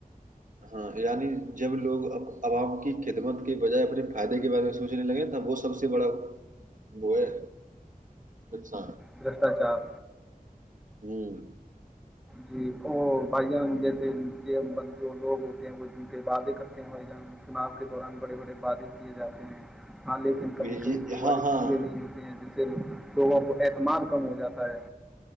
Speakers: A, on the right; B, in the centre.
A: ہاں یعنی جب لوگ عوام کی خدمت کے بجائے اپنے فائدے کے بارے میں سوچنے لگے ن وہ سب سے بڑا وہ ہے نقصان
B: برشٹاچار
A: ہوں
B: جی اور بھائی جان جیسے کے جو لوگ ہوتے ہیں وہ جن پہ وعادے کرتے ہیں بھائی جان چناؤ کے دوران بڑے بڑے وعادے کیے جاتے ہیں ہاں لیکن کبھی
A: یہ
B: کبھی وہ
A: ہاں
B: والے
A: ہاں
B: پورے نہیں ہوتے ہیں جس لوگوں کو اعتماد کم ہو جاتا ہے